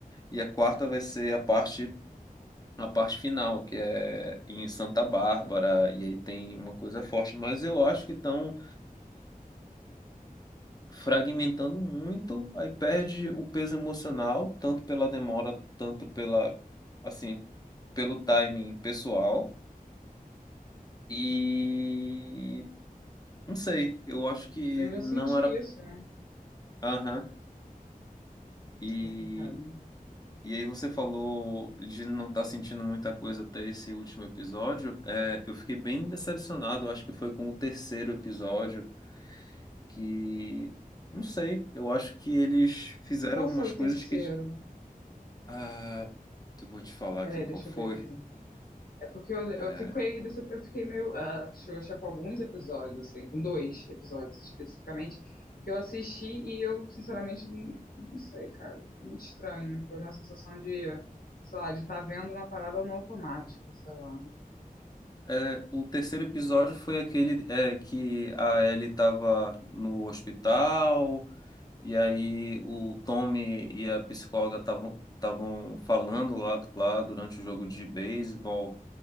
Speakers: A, on the left; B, on the left.
A: e a quarta vai ser a parte. a parte final, que é em Santa Bárbara, e aí tem uma coisa forte, mas eu acho que estão fragmentando muito, aí perde o peso emocional, tanto pela demora, tanto pela, assim, pelo timing pessoal, e não sei, eu acho que
B: Eu já
A: não
B: senti
A: era.
B: isso, né?
A: Aham. E
B: Complicado.
A: E aí você falou de não estar sentindo muita coisa até esse último episódio. É, eu fiquei bem decepcionado, acho que foi com o terceiro episódio, que não sei, eu acho que eles fizeram
B: Qual
A: algumas
B: foi o
A: coisas
B: terceiro?
A: que. Ah, eu vou te falar
B: Peraí,
A: aqui
B: deixa
A: qual foi.
B: eu ver aqui. É porque eu, eu
A: É,
B: fiquei, decep- eu fiquei meio ah, xoxa com alguns episódios, assim, com dois episódios especificamente, que eu assisti e eu, sinceramente, não, não sei, cara. Foi Muito estranho. Foi uma sensação de, sei lá, de estar vendo uma parada no automático, sei lá.
A: é, o terceiro episódio foi aquele é, que a Ellie estava no hospital. E aí o Tommy e a psicóloga estavam estavam falando lá, lá durante o jogo de beisebol.